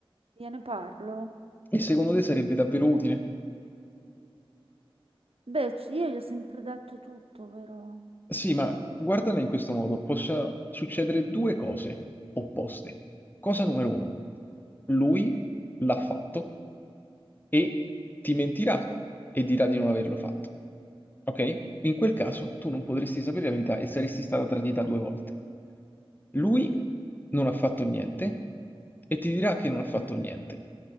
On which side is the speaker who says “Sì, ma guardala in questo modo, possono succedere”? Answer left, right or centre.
Left